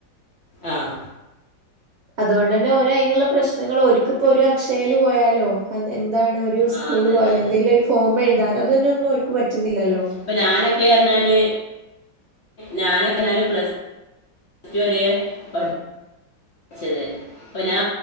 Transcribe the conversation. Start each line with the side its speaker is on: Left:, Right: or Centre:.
Left: ആഹ്
Right: അതുകൊണ്ടന്നെ ഓരോ അതിനുള്ള പ്രശ്നങ്ങൾ ഒരിക്കിപ്പോ ഒരു അക്ഷയായിൽ പോയാലോ എന്താണ് ഒരു സ്കൂള്
Left: ആ അതന്നെ
Right: പോയാലോ
Left: അതന്നെ
Right: എന്തെലും ഒരു ഫോം എഴുതാനോ അതിനൊന്നും ഒരുക്ക് പറ്റുന്നില്ലല്ലോ
Left: ഇപ്പൊ ഞാനൊക്കെ പറഞ്ഞാല് ഞാനെക്കാല് പ്ലസ് പ്ലസ് ടു വരെ പഠി ച്ചത് ഇപ്പൊ ഞാ